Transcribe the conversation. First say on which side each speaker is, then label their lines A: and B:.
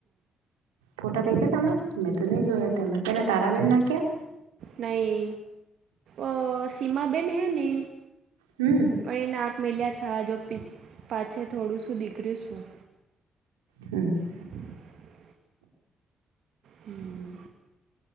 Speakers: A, on the right (about 85°); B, on the right (about 65°).
A: ફોટા દેખ્યા તમે મેં તો નહી જોયા તેમ કેને તારાબેન ના ક્યાં
B: નહી ઓ સીમા બેેન હૈ ને
A: હમ
B: પણ નાક મિલ્યા થા જો પી પાછ થોડું શું દીકરું શું
A: હમ
B: <inaudible> હમ